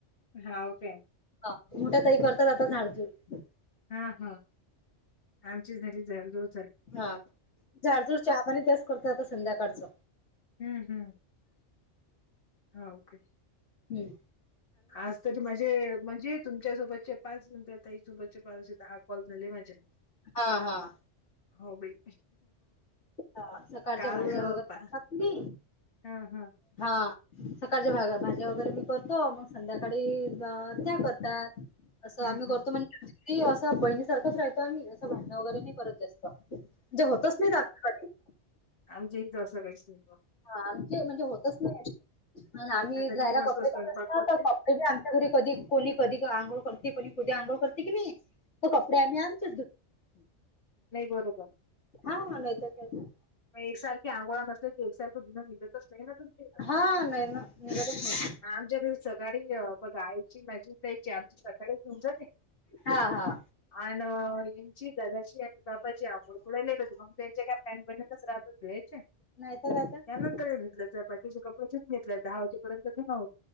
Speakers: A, on the left (about 50°); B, on the left (about 70°).
A: हां कायं.
B: हां मोठ्यां ताई करतांत आतां झाडं झूडं
A: हां हं आमच्यां झालीं झाडंझूडं
B: हां झाडंझूडं चहा पाणी त्यांस करतां आंता संध्याकाळचं.
A: हम्मं हम्मं. हो कां
B: हम्मं
A: आज तुझं माझे म्हणजे तुमच्यां सोबतचे पांच नंतर ताईसोबतंचे पाचं असे दहा कॉल झाले माझे
B: हां हां
A: हो बाई
B: ह सकाळच्यां
A: काल
B: भाज्यां
A: अ,
B: वगैरें
A: पा
B: करतांत तुम्हीं
A: हां हां
B: हां संकाळच्यां भा भाज्यां वगैरें मी करतों मंग संध्याकांळी त्यां करतांत असं
A: हं,
B: आम्हीं
A: हं.
B: करतों म्हण असं बहिणी सारखंच राहतो आम्हीं असं भांडणं वगैरें नाहीं करंत जास्तं तुम्हंजे होतंच नाहीं भांडणं कधी
A: आमंच्या इथं असं काहींचं नाहीं बां आं
B: हां आमचें म्हणजे होतंच नाहीं आम्हीं
A: आता
B: राहीलां
A: मी मस्त
B: कपडयांच्यां
A: स्वयंपाक
B: प्रश्न
A: करते
B: की आमच्यां घरी कधीं कोणी कधीं आंघोळी करतें कोणी कधी आंघोळ करते की नाहीं हो कपडे आम्हीं आमचें धूतो
A: नाहीं बरोबर
B: हां नईत कायं
A: मंग एकसारखे आंघोळां नसले की एकसारखं धुनं निघतचं नाहीं नां तुमचं
B: हा <unintelligible>
A: आमच्यां घरी सकाळीं बघा आईची मांझी ताईंची आमंची सकाळीचं होऊंन जाते
B: हां हां
A: अ यांची दादाची आणि बाप्पाची आघोड थोडं लेट होते मंग त्यांच्या कायं पॅन बण्यांणचं रहाते धूवांयचे त्यांनंतर
B: नाहीतर काय तर
A: ही धूतल्यां जातांत त्यांचे कपडे शेवटून घेतल्यां जातांत दहा वाजेपर्यंत ते पांवो